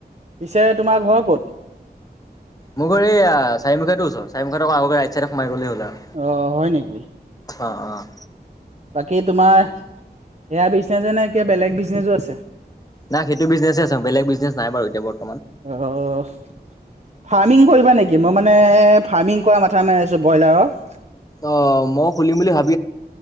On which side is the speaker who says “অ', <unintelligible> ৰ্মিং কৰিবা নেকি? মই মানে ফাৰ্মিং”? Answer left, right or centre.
Right